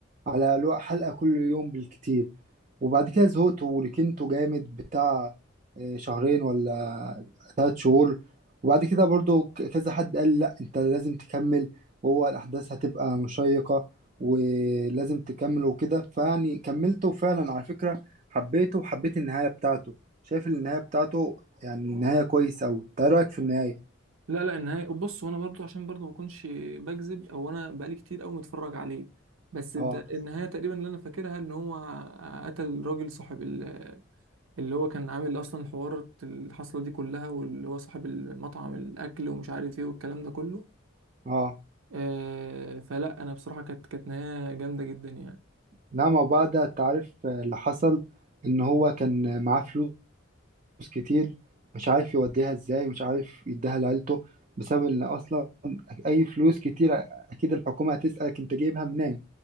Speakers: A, on the right; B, on the right.
A: على لو- حلقة كل يوم بالكتير وبعد كده زهقت وركنته جامد بتاع آه شهرين ولا ثلاث شهور وبعد كده برضو ك- كذا حد قال لي لا انت لازم تكمل وهو الاحداث هتبقى مشيقة ولازم تكمل وكده فيعني كملته وفعلا على فكرة حبيته وحبيت النهاية بتاعته شايف النهاية بتاعته يعني نهاية كويس أوي، إنت إيه رأيك في النهاية؟
B: لا لا النهاية بص وانا برضو عشان برضو ما اكونش بكذب او انا بقالي كتير قوي متفرج عليه بس انت
A: اه
B: النهاية تقريبا اللي انا فاكرها ان هو قتل راجل صاحب ال اللي هو كان عامل اصلا حوار الحصله دي كلها واللي هو صاحب المطعم الاكل ومش عارف ايه والكلام ده كله
A: اه
B: آه فلا انا بصراحه كانت كانت نهايه جامده جدا يعني
A: نعم وبعد التعريف اللي حصل ان هو كان معاه فلوس كتير مش عارف يوديها ازاي مش عارف يديها لعيلته بسبب ان اصلا اي فلوس كتير اكيد الحكومة هتسألك انت جايبها منين